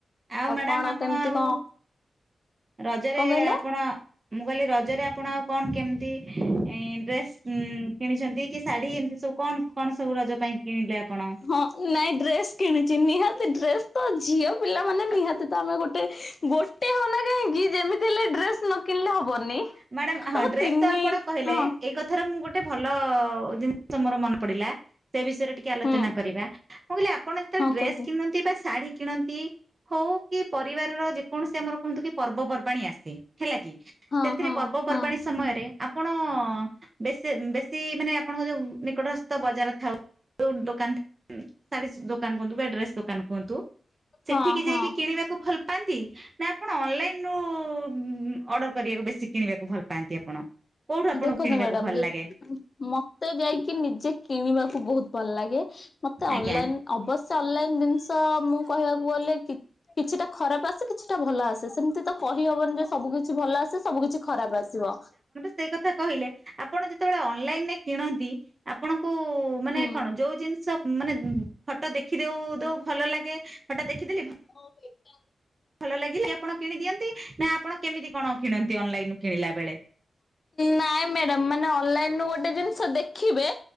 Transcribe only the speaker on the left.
କଣ
କେମିତି
କଣ
କଣ କହିଲେ?
ହଁ ନାଇଁ ଡ୍ରେସ୍ କିଣିଛି ନିହାତି ଡ୍ରେସ ତ ଝିଅ ପିଲା ମାନେ ନିହାତି ତ ଆମେ ଗୋଟେ ଗୋ ଗୋଟେ ହଉନା କାହିଁକି ଯେମିତି ହେଲେ ଡ୍ରେସ ନ କିଣିଲେ ହବନି।
ତମ
ତିନି
ହଁ
ହୁଁ
ହଁ
କୁହନ୍ତୁ
ହଁ
ହଁ
ହଁ
ହଁ ହଁ
ଦେଖନ୍ତୁ
ମ୍ୟାଡାମ
ଯେ
ମତେ ଯାଇକି ନିଜେ କିଣିବାକୁ ବୋହୁତ ଭଲ ଲାଗେ ମତେ ଅନଲାଇନ
ଅବଶ୍ୟ ଅନଲାଇନ ଜିନିଷ ମୁଁ କହିବାକୁ ଗଲେ ଟି କିଛିଟା ଖରାପ ଆସେ କିଛିଟା ଭଲ ଆସେ। ସେମିତି ତ କହିହବନି ଯେ ସବୁ କିିଛି ଭଲ ଆସିବ ସବୁ କିିଛି ଖରାପ ଆସିବ।
ହୁଁ
ହଁ ଗୋଟେ ଏକଟା
ନାଇଁ ମ୍ୟାଡାମ ମାନେ ଅନଲାଇନ ରୁ ଗୋଟେ ଜିନିଷ ଦେଖିଚେ